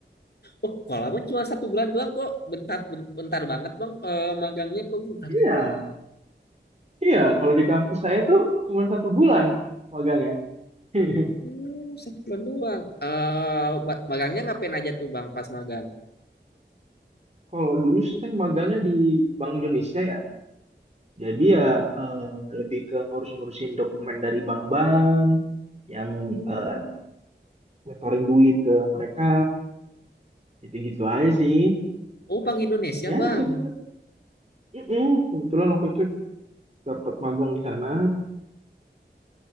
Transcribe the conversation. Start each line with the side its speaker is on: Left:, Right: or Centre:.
Left: Oh, kalau lama cuma satu bulan doang kok. Bentar, bentar banget, Bang. Eh, magangnya kok bentar.
Right: Iya, iya. Kalau di kampus saya tuh cuma satu bulan magangnya. <laughs>
Left: Hmm, satu bulan doang. Eh, magangnya ngapain aja tuh, Bang, pas magang?
Right: Kalau dulu saya magangnya di Bank Indonesia ya. Jadi ya eh, lebih ke ngurus-ngurusin dokumen dari bank-bank yang
Left: Hmm.
Right: eh, nyetorin duit ke mereka gitu-gitu aja sih
Left: Oh, Bang Indonesia,
Right: ya
Left: Bang.
Right: cuma mm kebetulan waktu itu dapat magang di sana